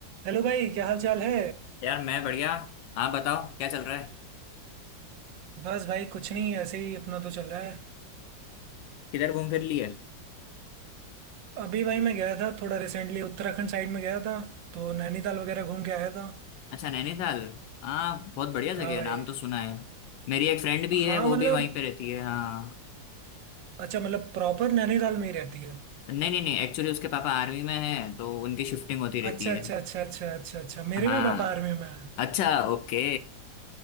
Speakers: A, on the right; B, on the left.
A: Hello भाई क्या हाल चाल है
B: यार मैं बढ़िया आप बताओ क्या चल रहा है
A: बस भाई कुछ नहीं ऐसे ही अपना तो चल रहा है
B: किधर घूम फिर लिए
A: अभी भाई मैं गया था थोड़ा रिसेंटली उत्तराखंड साइड में गया था तो नैनीताल वगैरह घूम के आया था
B: अच्छा नैनीताल हाँ बहुत बढ़िया जगह
A: हाँ
B: है
A: भाई
B: नाम तो सुना है मेरी एक फ्रेंड भी
A: हाँ
B: है वो
A: मतलब
B: भी वहीं पे रहती है हाँ
A: अच्छा मतलब प्रॉपर नैनीताल में ही रहती है
B: नहीं नहीं नहीं एक्चुअली उसके पापा आर्मी में हैं तो उनकी शिफ्टिंग होती रहती
A: अच्छा
B: है
A: अच्छा अच्छा अच्छा अच्छा अच्छा मेरे
B: हाँ
A: भी पापा आर्मी में है
B: अच्छा ओके